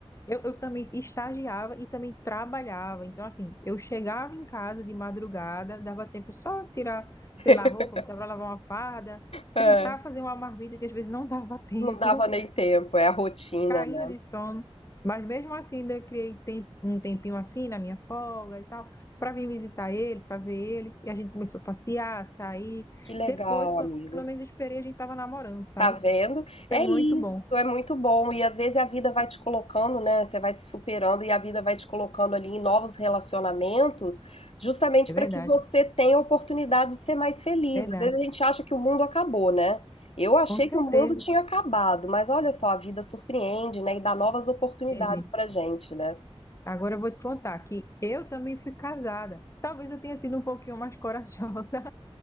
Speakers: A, on the left (about 30°); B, on the left (about 70°).
A: eu, eu também estagiava e também trabalhava. Então, assim, eu chegava em casa de madrugada, dava tempo só de tirar,
B: <laughs>
A: sei lá, roupa, para lavar uma farda,
B: É,
A: tentar fazer uma marmita que às vezes não dava <laughs> tempo
B: não dava nem tempo, é a rotina,
A: caindo
B: né?
A: de sono. Mas mesmo assim, ainda criei tem- um tempinho assim na minha folga e tal, para vir visitar ele, para ver ele. E a gente começou a passear, a sair.
B: Que legal,
A: Depois, quando
B: amiga.
A: eu menos esperei, a gente estava namorando, sabe?
B: Tá vendo? É
A: Foi muito
B: isso,
A: bom.
B: é muito bom. E às vezes a vida vai te colocando, né? Você vai se superando e a vida vai te colocando ali em novos relacionamentos, justamente
A: É verdade,
B: para que você tenha a oportunidade de ser mais feliz.
A: verdade.
B: Às vezes a gente acha que o mundo acabou, né? Eu achei
A: Com certeza,
B: que o mundo tinha acabado, mas olha só, a vida surpreende, né? E dá novas oportunidades
A: entendi.
B: pra gente, né?
A: Agora eu vou te contar que eu também fui casada. Talvez eu tenha sido um pouquinho mais <laughs> corajosa